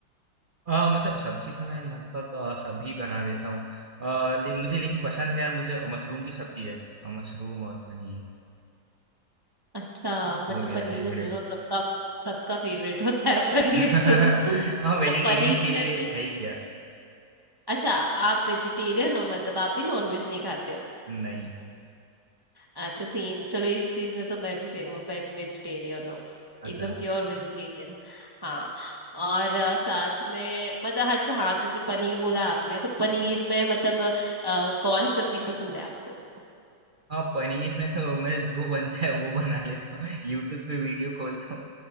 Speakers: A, on the right (about 60°); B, on the right (about 20°).
A: अ, मतलब सब्जी तो मैं लगभग अ, सभी बना देता हूँ अ, ले, मुझे लेकिन पसंद है यार मुझे मशरूम की सब्जी है अ, मशरूम और पनीर
B: अच्छा मतलब
A: वो मेरा
B: पनीर
A: फेवरेट
B: तो चलो सबका सबका फेवरेट होता है पनीर
A: है <laughs>
B: तो <laughs> मतलब
A: हाँ वेजिटेरियंस
B: पनीर
A: के
B: में
A: लिए
B: भी
A: है ही क्या
B: अच्छा आप वेजिटेरियन हो मतलब आप भी नॉन वेज नहीं खाते हो
A: नहीं
B: अच्छा सेम चलो इस चीज में तो मैं भी सेम हूँ मैं भी वेजिटेरियन हूँ एकदम
A: अच्छा
B: प्योर वेजिटेरियन हाँ और अ, साथ में मतलब अच्छा हाँ जैसे पनीर बोला आपने तो पनीर में मतलब अ, कौन सी सब्जी पसंद है आपको
A: हाँ पनीर में तो मैं जो बन जाए वो बना लेता हूँ <laughs> यूट्यूब पे वीडियो खोलता हूँ